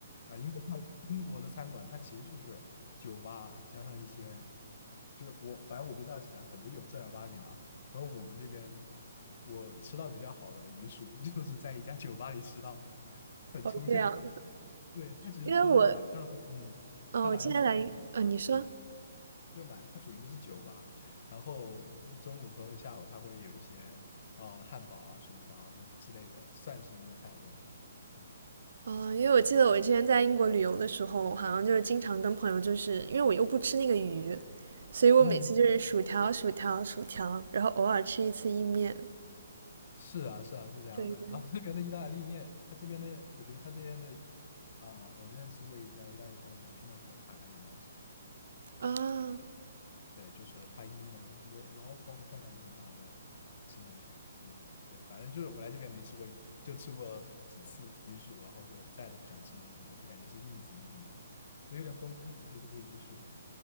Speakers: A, on the left; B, on the right.
A: 啊，英国菜，英国的餐馆它其实就是酒吧加上一些，就是我反正我不知道其他，可能有正儿八经的啊。然后我们这边比我吃到比较好的鱼薯，<laughs> 就是在一家酒吧里吃到的，<laughs> 很抽象其实。
B: 哦，这样，
A: 对，它其实是是晚上是嗯，
B: 因为我，嗯、
A: 它晚上主的酒吧，
B: 我之前来，呃，你说，
A: 嗯。就是晚它主营的是酒吧，然后中午和下午它会有一些呃汉堡啊、薯条啊这之类的，算是英国菜的东西嘛。嗯，
B: 嗯，因为我记得我之前在英国旅游的时候，好像就是经常跟朋友，就是因为我又不吃那个鱼，所以我每次就是薯条、
A: 嗯，
B: 薯条、薯条，然后偶尔吃一次意面。
A: 是啊，是啊，是这样的。
B: 对对。
A: 然后这边的意大利面，他这边的我觉得他这边的啊、我之前吃过一家意大利餐馆叫 Pinocchio，它还蛮好吃的。
B: 啊，
A: 对，就是它意面的，我然后包括分量都很大，然后吃的很爽那次。对，反正就是我来这边没吃过一，就吃过几次鱼薯，然后就再都不想吃那东西了，就感觉是应急用的，我有点绷不住估计这个鱼薯。